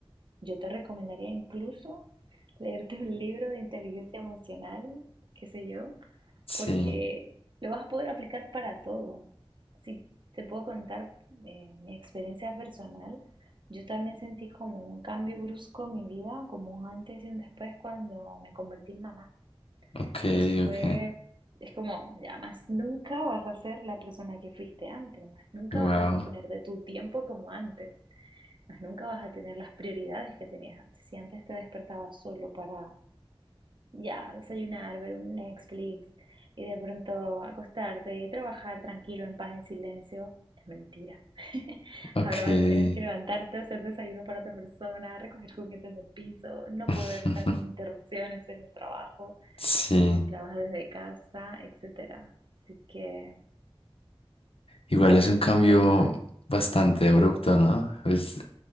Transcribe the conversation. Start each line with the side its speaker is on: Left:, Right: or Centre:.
Right: yo te recomendaría incluso leerte un libro de inteligencia emocional, qué sé yo,
Left: Sí,
Right: porque lo vas a poder aplicar para todo. Si te puedo contar eh, mi experiencia personal, yo también sentí como un cambio brusco en mi vida, como un antes y un después cuando me convertí en mamá.
Left: ok,
Right: Eso fue,
Left: ok,
Right: es como, ya más nunca vas a ser la persona que fuiste antes, más nunca
Left: wow,
Right: vas a disponer de tu tiempo como antes pues nunca vas a tener las prioridades que tenías antes. Si antes te despertabas solo para ya desayunar, ver un Netflix y de pronto acostarte y trabajar tranquilo, en paz, en silencio, es mentira. <laughs>
Left: ok.
Right: Ahora vas a tener que levantarte, hacer desayuno para otra persona, recoger juguetes del piso, no
Left: <laughs>
Right: poder estar sin interrupciones en el trabajo,
Left: Sí,
Right: si trabajas desde casa, etcétera. Así que,
Left: igual
Right: pero
Left: es
Right: bueno,
Left: un cambio
Right: ya sabes.
Left: bastante abrupto, ¿no? Pues